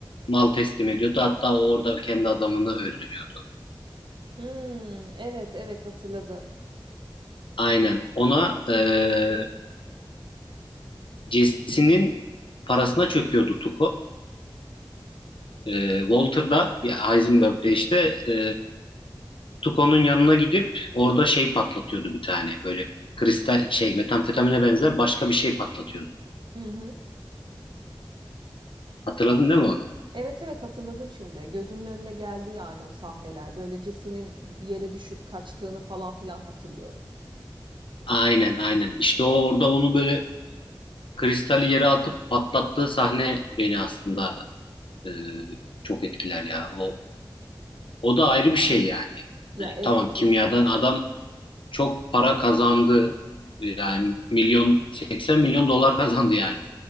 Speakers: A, on the left (about 75°); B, on the right (about 65°).
A: mal teslim ediyordu. Hatta o orada kendi adamını öldürüyordu.
B: Hmm, evet evet hatırladım.
A: Aynen. Ona e, Jesse'nin parasına çöküyordu Tuko. E, Walter'da ya Heisenberg'de işte e, Tuco'nun yanına gidip orada şey patlatıyordu bir tane böyle kristal şey metamfetamine benzer başka bir şey patlatıyordu.
B: Hı hı.
A: Hatırladın değil mi onu?
B: Evet evet hatırladım şimdi. Gözümün önüne geldi yani o sahneler. Böyle Jesse'nin yere düşüp kaçtığını falan filan hatırlıyorum.
A: Aynen aynen. İşte o orada onu böyle kristali yere atıp patlattığı sahne beni aslında e, çok etkiler ya. O o da ayrı bir şey yani.
B: Ya
A: Yani
B: evet
A: tamam kimyadan
B: işte.
A: adam çok para kazandı. Yani milyon 80 milyon dolar kazandı yani